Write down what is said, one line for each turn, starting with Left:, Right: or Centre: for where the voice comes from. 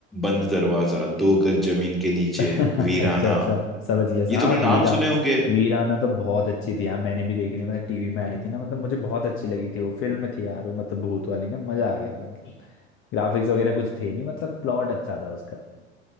Centre: बंद दरवाजा दो गज जमीन के नीचे
Left: अच्छा
Centre: वीराना
Left: अच्छा समझ गया सर
Centre: ये
Left: हाँ
Centre: तुमने नाम
Left: वीरा
Centre: सुने होंगे
Left: वीराना तो बहुत अच्छी थी यार मैंने भी देखी थी मतलब टीवी में आई थी ना मतलब मुझे बहुत अच्छी लगी थी वो फिल्म थी यार वो मतलब भूत वाली ना मजा आ गया था मतलब ग्राफिक्स वगैरह कुछ थे ही नहीं मतलब प्लॉट अच्छा था उसका